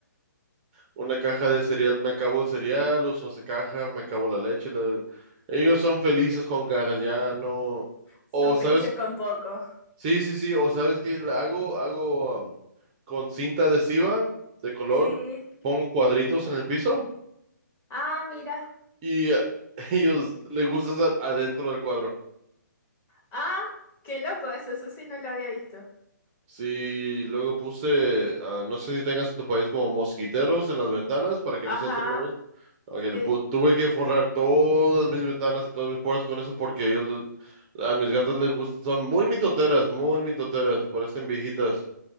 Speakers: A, on the right; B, on the left.
A: Una caja de cereal, me acabo el cereal, uso esa caja, me acabo la leche. la- Ellos son felices con cajas, ya no...
B: son
A: O, ¿sabes
B: felices con poco.
A: Sí, sí, sí, o sabes qué la hago, hago um, con cinta adhesiva de color,
B: Sí.
A: pongo cuadritos en el piso
B: Ah, mira.
A: y eh, <laughs> ellos les gusta estar adentro del cuadro.
B: Ah, qué loco eso, eso sí no lo había visto.
A: Sí, luego puse, ah, no sé si tengas en tu país como mosquiteros en las ventanas para que
B: Ajá,
A: no se entre la mosca. Ok, le
B: sí.
A: pu- tuve que forrar todas mis ventanas y todas mis puertas con eso porque ellos, les- a mis gatas les gustan, son muy mitoteras, muy mitoteras, parecen viejitas.